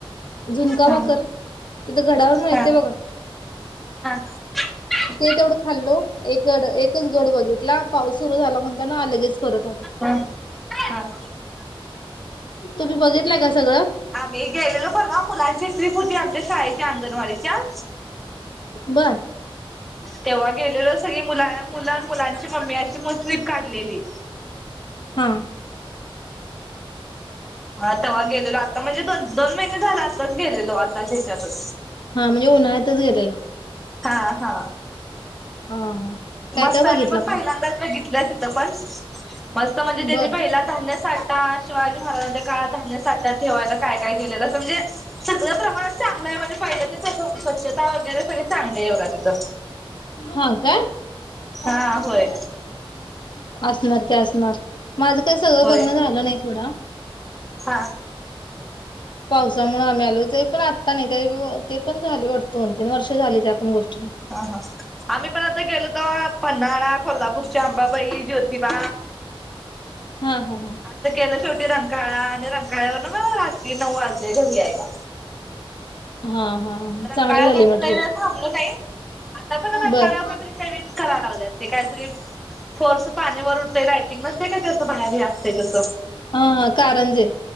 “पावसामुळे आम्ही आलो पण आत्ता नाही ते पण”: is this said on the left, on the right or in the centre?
Left